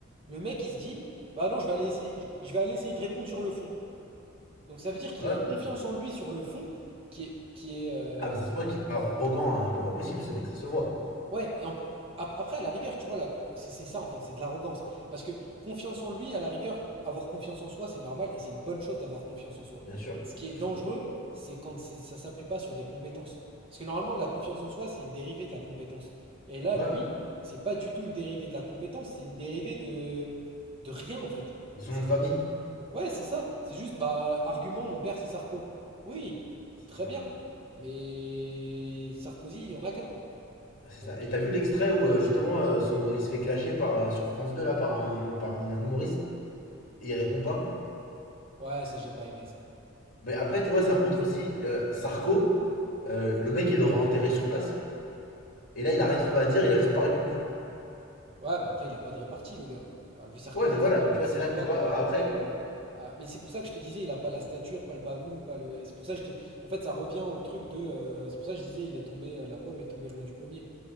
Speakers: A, on the right (about 25°); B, on the left (about 40°).
A: le mec, il se dit Bah non, je vais aller essayer, je vais aller essayer de répondre sur le fond. Donc ça veut dire qu'il
B: ouais.
A: a une confiance
B: Ouais.
A: en lui sur le fond qui est, qui est, euh,
B: Ah, mais ça se voit qu'il est arrogant à un point pas possible, ce mec, ça se voit.
A: Ouais, et en pl- ap- après, à la rigueur, tu vois, là, c'est c'est ça en fait, c'est de l'arrogance. Parce que confiance en lui, à la rigueur, avoir confiance en soi, c'est normal et c'est une bonne chose d'avoir confiance en soi.
B: Bien sûr,
A: Ce qui est
B: il
A: dangereux,
B: faut.
A: c'est quand c'est- ça s'appuie pas sur des compétences. Parce que normalement, la confiance en soi, c'est une dérivée de la compétence. Et là,
B: Ouais,
A: lui,
B: ouais.
A: c'est pas du tout une dérivée de la compétence, c'est une dérivée de, de rien en fait.
B: De son
A: C'est
B: nom de
A: un-
B: famille.
A: Ouais, c'est ça. C'est juste, bah, argument, mon père, c'est Sarko. Oui,
B: C'est
A: très
B: ça.
A: bien. Mais Sarkozy, il y en a qu'un.
B: C'est
A: Donc.
B: ça. Et
A: euh,
B: t'as vu l'extrait où euh, justement euh, son... il se fait clasher par, euh, sur France 2 là, par, un, par un humoriste et il répond pas
A: Ouais, ça, j'ai pas aimé ça.
B: Mais après, tu vois, ça montre aussi euh, Sarko, euh, le mec il l'aura enterré sur place. Et là, il a rien trouvé à dire, il a juste pas répondu.
A: Ouais, mais après, il a pas de répartie, le gars. Enfin, Louis Sarkozy,
B: Ouais, mais voilà,
A: c'est-
B: mais tu
A: c'est-
B: vois,
A: ça
B: c'est là
A: se
B: que
A: voit
B: tu vois.
A: que le
B: Après,
A: mec a. a- Mais c'est pour ça que je te disais, il a pas la stature, pas le bagou, pas le. C'est pour ça que je t'ai- En fait, ça revient au truc de. euh, C'est pour ça que je disais, il est tombé, euh, la pomme est tombée loin du pommier.